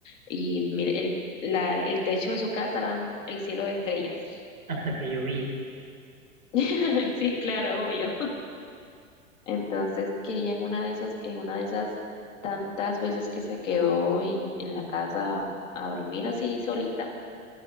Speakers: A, on the left; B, on the right.
A: y mire, el, la, el techo de su casa era el cielo de estrellas.
B: hasta que llovía.
A: <laughs> Sí, claro, obvio. Entonces, que ella en una de esas, en una de esas tantas veces que se quedó en, en la casa a dormir así solita,